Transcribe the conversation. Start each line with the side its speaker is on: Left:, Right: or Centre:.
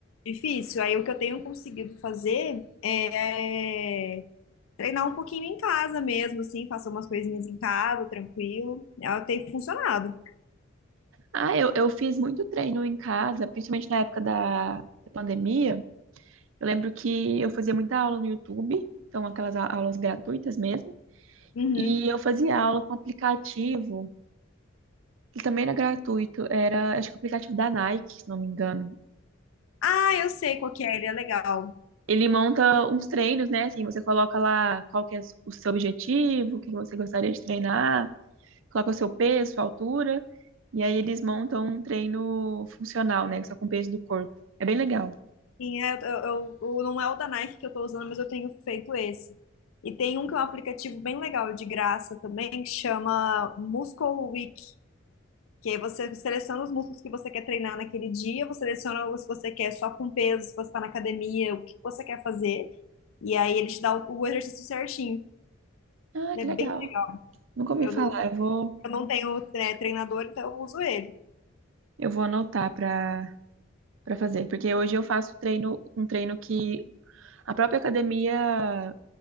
Left: é difícil. Aí o que eu tenho conseguido fazer é treinar um pouquinho em casa mesmo, assim, fazer umas coisinhas em casa, tranquilo. Ela tem funcionado.
Right: Ah, eu, eu fiz muito treino em casa, principalmente na época da, da pandemia. Eu lembro que eu fazia muita aula no YouTube, então aquelas a- aulas gratuitas mesmo.
Left: Uhum.
Right: E eu fazia aula com aplicativo, que também era gratuito, era, acho que o aplicativo da Nike, se não me engano.
Left: Ah, eu sei qual que é, ele é legal.
Right: Ele monta uns treinos, né? Assim, você coloca lá qual que é o seu objetivo, o que você gostaria de treinar, coloca o seu peso, sua altura, e aí eles montam um treino funcional, né? Só com o peso do corpo. É bem legal.
Left: Sim, é, eu, eu- eu- não é o da Nike que eu tô usando, mas eu tenho feito esse. E tem um que é um aplicativo bem legal, de graça também, que chama Muscle Week, que aí você seleciona os músculos que você quer treinar naquele dia, você seleciona os- se você quer só com peso, se você tá na academia, o que você quer fazer, e aí ele te dá o, o exercício certinho.
Right: Ah,
Left: É
Right: que
Left: bem,
Right: legal. Nunca ouvi
Left: eu,
Right: falar. Eu vou,
Left: eu não tenho, né, treinador, então eu uso ele.
Right: eu vou anotar para para fazer, porque hoje eu faço treino, um treino que a própria academia